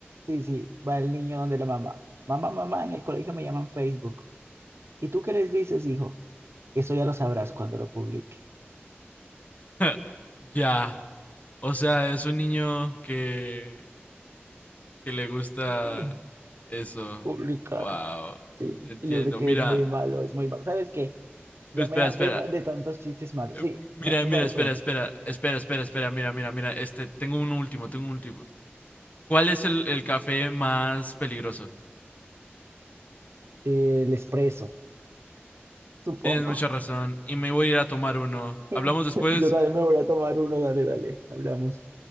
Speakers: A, on the right (about 85°); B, on the left (about 35°).
A: Sí, sí, va el niño donde la mamá. Mamá, mamá, en el colegio me llaman Facebook. ¿Y tú qué les dices, hijo? Eso ya lo sabrás cuando lo publique.
B: <laughs> Ya. O sea, es un niño que, que le gusta
A: <laughs>
B: eso.
A: Publicar.
B: Wow.
A: Sí,
B: Entiendo.
A: y yo sé que
B: Mira,
A: es muy malo, es muy malo. ¿Sabes qué? Ya
B: espera,
A: me da
B: espera.
A: pena de tantos chistes malos.
B: Eh,
A: Sí, sa-
B: Mira,
A: ¿te
B: mira,
A: sabes
B: espera,
A: uno?
B: espera, espera, espera, espera, mira, mira, mira, este, tengo un último, tengo un último. ¿Cuál es el, el café más peligroso?
A: Eh, El expreso, supongo.
B: Tienes mucha razón y me voy a ir a tomar uno.
A: <laughs>
B: ¿Hablamos después?
A: Yo también me voy a tomar uno, dale, dale, hablamos.